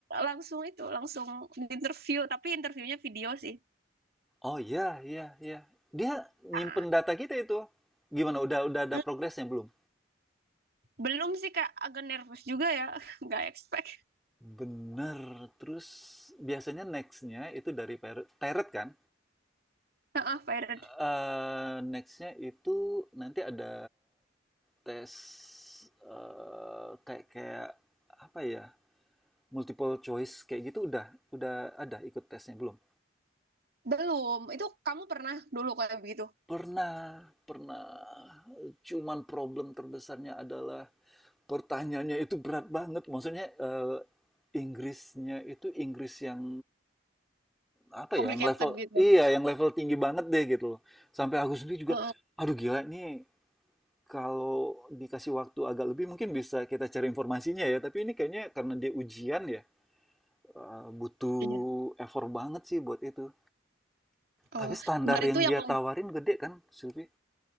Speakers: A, on the right; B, in the centre.
A: langsung itu langsung di interview tapi interviewnya video sih.
B: Oh iya, iya, iya. Dia
A: Ah,
B: nyimpen data kita itu. Gimana? Udah udah ada
A: eh,
B: progresnya belum?
A: belum sih Kak, agak nervous juga ya. <laughs> Nggak expect.
B: Bener. Terus biasanya next-nya itu dari per- teret kan?
A: Ah, fired.
B: Eh next-nya itu nanti ada tes eh kayak kayak apa ya? Multiple choice kayak gitu udah udah ada ikut tesnya belum?
A: Belum. Itu kamu pernah dulu kayak begitu.
B: Pernah, pernah. Cuman problem terbesarnya adalah pertanyaannya itu berat banget. Maksudnya eh, Inggrisnya itu Inggris yang apa
A: Complicated
B: ya yang level
A: gitu.
B: iya yang level tinggi banget deh gitu loh. sampai aku sendiri juga
A: Heeh.
B: aduh gila nih kalau dikasih waktu agak lebih mungkin bisa kita cari informasinya ya tapi ini kayaknya karena dia ujian ya eh, butuh
A: Iya.
B: effort banget sih buat itu tapi
A: Oh,
B: standar
A: kemarin
B: yang
A: tuh yang
B: dia tawarin
A: lancar
B: gede kan Sylvie